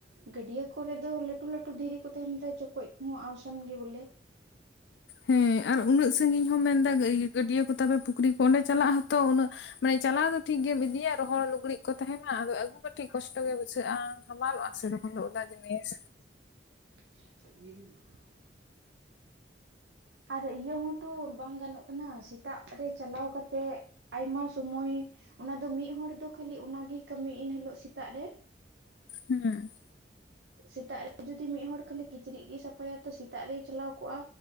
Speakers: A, on the right; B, on the left.
A: ᱜᱟᱹᱰᱭᱟᱹ ᱠᱚᱨᱮ ᱫᱚ ᱞᱟᱹᱴᱩ ᱞᱟᱹᱴᱩ ᱫᱷᱤᱨᱤ ᱠᱚ ᱛᱟᱦᱮᱱ ᱨᱮ ᱪᱚᱠᱚᱡ ᱠᱚᱦᱚᱸ ᱟᱣᱥᱟᱱ ᱜᱮ ᱵᱚᱞᱮ
B: ᱦᱮᱸ ᱟᱨ ᱩᱱᱟᱹᱜ ᱥᱟᱺᱟᱹᱜᱤᱧ ᱦᱚᱸ ᱢᱮᱱᱫᱟ ᱜᱟᱹᱰᱭᱟᱹ ᱠᱚ ᱛᱟᱮ ᱯᱩᱠᱷᱨᱤ ᱠᱚ ᱚᱸᱰᱮ ᱪᱟᱞᱟᱜ ᱦᱚᱛᱚ ᱩᱱᱟᱹᱜ ᱢᱟᱱᱮ ᱪᱟᱞᱟᱣ ᱫᱚ ᱴᱷᱤᱠ ᱜᱮᱢ ᱤᱫᱤᱭᱟ ᱨᱚᱦᱚᱲ ᱞᱩᱜᱽᱲᱤᱡ ᱠᱚ ᱛᱟᱦᱮᱸᱱᱟ, ᱟᱫᱚ ᱟᱜᱹᱩ ᱠᱟᱹᱴᱤᱡ ᱠᱚᱥᱴᱚ ᱜᱮ ᱵᱩᱡᱟᱹᱜ ᱵᱩᱡᱷᱟᱹᱜᱼᱟ ᱦᱟᱢᱟᱞᱚᱜᱼᱟ ᱥᱮᱨᱚᱠᱚᱢ ᱫᱚ ᱚᱫᱟ ᱡᱤᱱᱤᱥ
A: <unintelligible> ᱟᱨ ᱤᱭᱟᱹ ᱦᱚᱸᱛᱚ ᱵᱟᱝ ᱜᱟᱱᱚᱜ ᱠᱟᱱᱟ ᱥᱮᱛᱟᱜ ᱨᱮ ᱪᱟᱞᱟᱣ ᱠᱟᱛᱮᱜ ᱟᱭᱢᱟ ᱥᱩᱢᱚᱭ ᱚᱱᱟ ᱫᱚ ᱢᱤᱫ ᱦᱚᱲᱚᱲ ᱫᱚ ᱠᱷᱟᱹᱞᱤ ᱚᱱᱟᱜᱮ ᱠᱟᱹᱢᱤ ᱮᱱᱦᱤᱞᱳᱜ ᱥᱮᱛᱟᱜ ᱨᱮ
B: ᱦᱮᱸᱻ᱾
A: ᱥᱮᱛᱟᱜ ᱨᱮ ᱡᱩᱚᱫᱤ ᱢᱤᱫᱦᱚᱲ ᱠᱷᱟᱹᱞᱤ ᱠᱤᱪᱨᱤᱡ ᱜᱮᱭ ᱥᱟᱯᱷᱟᱭᱟ ᱛᱚ ᱥᱮᱛᱟᱜ ᱨᱮᱭ ᱪᱟᱞᱟᱣ ᱠᱚᱜᱼᱟ᱾